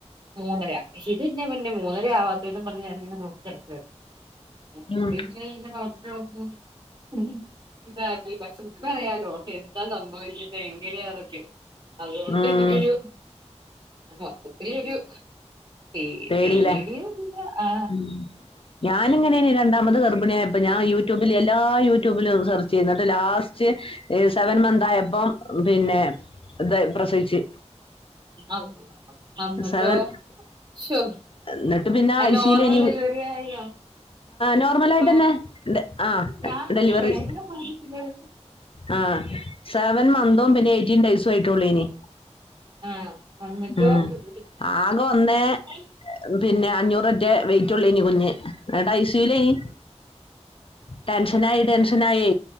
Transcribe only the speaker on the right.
മൂന്നര ഇതെന്താ പൊന്നെ മൂന്നര ആവാത്തേ പറഞ്ഞ്ഞാനിങ്ങനെ നോക്കി കടക്കാണ്. <unintelligible>
വെയിറ്റ് ഇങ്ങനെ ഡോക്ടർ വന്നു ഉം ഇതാ <unintelligible> അറിയാലോ എന്താ സംഭവം എങ്ങനെയാ ഇതെങ്ങനേയാന്നൊക്കെ. അതുകൊണ്ട്
എനിക്കൊരു മൊത്തത്തിലൊരു പേ
പേടിയൊന്നുല്ല ആ
ഔ അന്ന്ട്ടോ
ശോ
നോർമൽ
ഡെലിവറി ആയോ
നോ
ഞാനത്ര
വേദന ബാധിച്ചില്ല
ആ എന്നിട്ടോ
പക്ഷെ